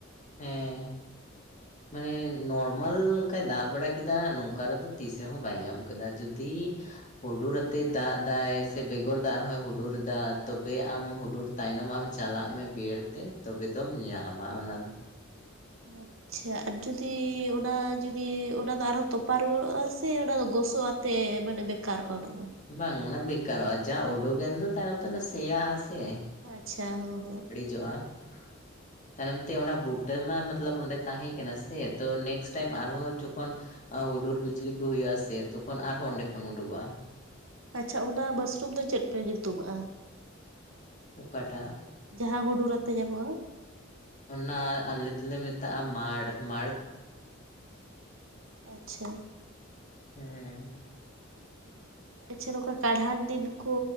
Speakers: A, on the left; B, on the right.
A: ᱦᱮᱸ᱾ ᱢᱟᱱᱮ ᱱᱚᱨᱢᱟᱞ ᱚᱱᱠᱟᱭ ᱫᱟᱜ ᱵᱟᱲᱟ ᱠᱮᱫᱟ ᱱᱚᱝᱠᱟ ᱨᱮᱫᱚ ᱛᱤᱥ ᱨᱮᱦᱚᱸ ᱵᱟᱭ ᱧᱟᱢ ᱠᱮᱫᱟ, ᱡᱩᱫᱤ ᱦᱩᱰᱩᱨ ᱟᱛᱮ ᱫᱟᱜ ᱫᱟᱭ ᱥᱮ ᱵᱮᱜᱚᱨ ᱫᱟᱜ ᱨᱮᱦᱚᱸᱭ ᱦᱩᱰᱩᱨ ᱮᱫᱟ ᱛᱚᱵᱮ ᱟᱢ ᱦᱩᱰᱩᱨ ᱛᱟᱭᱱᱚᱢ ᱟᱢ ᱪᱟᱞᱟᱜ ᱢᱮ ᱵᱮᱨ ᱛᱮ ᱛᱚᱵᱮ ᱫᱚᱢ ᱧᱟᱢᱟ ᱚᱱᱟ᱾
B: ᱦᱳᱭ᱾ ᱪᱷᱟ ᱟ ᱡᱩᱫᱤ ᱚᱱᱟ ᱡᱩᱫᱤ ᱚᱱᱟ ᱫᱚ ᱟᱨᱦᱚᱸ ᱛᱚᱯᱟ ᱨᱩᱣᱟᱹᱲᱚᱜᱼᱟ ᱥᱮ ᱚᱱᱟ ᱫᱚ ᱜᱚᱥᱚᱜᱼᱟ? ᱛᱮ ᱢᱟᱱᱮ ᱵᱮᱠᱟᱨᱚᱜ ᱚᱱᱟ ᱫᱚ᱾
A: ᱵᱟᱝ ᱚᱱᱟ ᱵᱮᱠᱟᱨᱚᱜᱼᱟ ᱡᱟ ᱚᱰᱳᱜ ᱮᱱ ᱫᱚ ᱛᱟᱭᱚᱢ ᱛᱮ ᱥᱮᱭᱟ ᱟᱥᱮ᱾
B: ᱟᱪᱪᱷᱟ ᱦᱳ ᱦᱳ᱾
A: ᱡᱚᱜᱼᱟ᱾ ᱛᱟᱭᱱᱚᱢ ᱛᱮ ᱚᱱᱟ ᱵᱩᱴᱟᱹ ᱢᱟ ᱢᱚᱛᱞᱚᱵ ᱚᱸᱰᱮ ᱛᱟᱦᱮᱸ ᱠᱟᱱᱟ ᱥᱮ ᱛᱮ ᱱᱮᱠᱥ ᱴᱟᱭᱤᱢ ᱟᱨᱦᱚᱸ ᱡᱚᱠᱷᱚᱱ ᱦᱩᱰᱩᱨ ᱵᱤᱡᱽᱞᱤ ᱠᱚ ᱦᱩᱭᱩᱜ-ᱟ ᱥᱮ ᱛᱚᱠᱷᱚᱱ ᱟᱨᱦᱚᱸ ᱚᱸᱰᱮ ᱠᱷᱚᱱ ᱩᱰᱩᱠᱚᱜ-ᱟ
B: ᱟᱪᱪᱷᱟ ᱚᱱᱟ ᱢᱟᱥᱨᱩᱢ ᱫᱚ ᱪᱮᱫ ᱯᱮ ᱧᱩᱛᱩᱢ ᱟᱜ-ᱟ
A: ᱚᱠᱟᱴᱟᱜ
B: ᱡᱟᱦᱟᱸ ᱦᱩᱰᱩᱨ ᱟᱛᱮ ᱧᱟᱢᱚᱜ-ᱟ
A: ᱚᱱᱟ ᱟᱞᱮ ᱫᱚᱞᱮ ᱢᱮᱛᱟᱜ-ᱟ ᱢᱟᱲ ᱢᱟᱲ
B: ᱟᱪᱪᱷᱟ
A: ᱦᱮᱸ
B: ᱟᱪᱪᱷᱟ ᱱᱚᱝᱠᱟ ᱠᱟᱬᱦᱟᱱ ᱫᱤᱱ ᱠᱚ